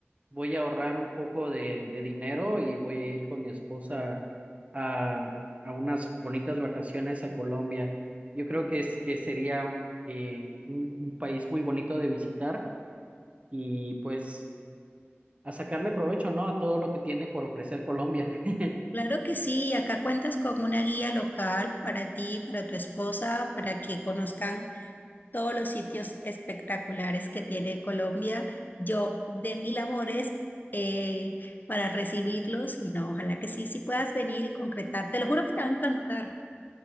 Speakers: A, on the right; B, on the left.
A: voy a ahorrar un poco de, de dinero y voy a ir con mi esposa a, a unas bonitas vacaciones a Colombia. Yo creo que es que sería un, eh, un- un país muy bonito de visitar y pues a sacarle provecho, ¿no? A todo lo que tiene por ofrecer Colombia. <laughs>
B: Claro que sí, y acá cuentas con una guía local para ti, para tu esposa, para que conozcan todos los sitios espectaculares que tiene Colombia. Yo de mil amores eh, para recibirlos y no, ojalá que sí, sí puedas venir y concretar. Te lo juro que te va a encantar.